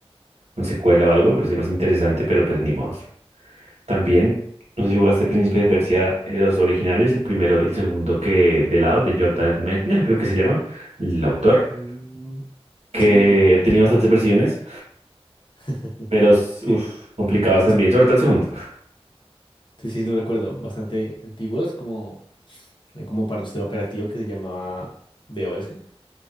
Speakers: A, on the right; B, on the left.
A: una secuela o algo, pero sí más interesante, pero pues ni modo. También, no sé si jugaste Príncipe de Persia, eh, los originales, el primero y el segundo que de lado, de Jordan Mechner, creo que se llama, el autor,
B: Mm,
A: que
B: sí.
A: ha tenido bastantes
B: como-
A: versiones,
B: <laughs>
A: pero uff,
B: que-
A: complicados también,
B: sí,
A: sobre todo el segundo.
B: Sí, sí, lo recuerdo. Bastante antiguos, como, como para el sistema operativo que se llamaba DOS.